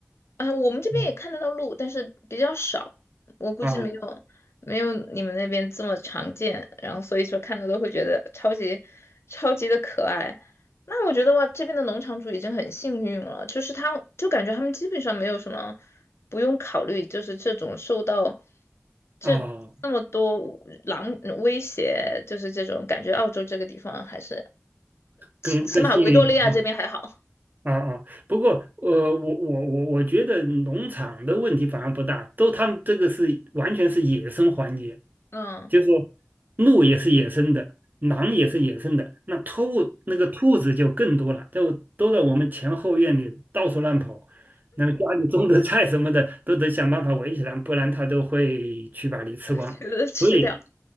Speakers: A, on the left; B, on the right.
A: 哎，我们这边也看得到鹿，
B: 嗯
A: 但是比较少，我估计没有没有你们那边这么常见。
B: 啊
A: 然后所以说看到都会觉得超级超级的可爱。那我觉得哇，这边的农场主已经很幸运了，就是他就感觉他们基本上没有什么不用考虑，就是这种受到这这么多狼威胁，
B: 啊，
A: 就是这种感觉澳洲这个地方还是。
B: 更更幸运一点
A: 起码维多利亚这边还好，
B: 啊啊，不过呃，我我我我觉得农场的问题反而不大，都他们这个是完全是野生环节，
A: 嗯，
B: 就是说鹿也是野生的，狼也是野生的，那兔那个兔子就更多了，都都在我们前后院里到处乱跑，那么家里种的菜什么的都得想办法围起来，不然它都会去把你吃光。
A: <laughs> 觉得吃掉。
B: 所以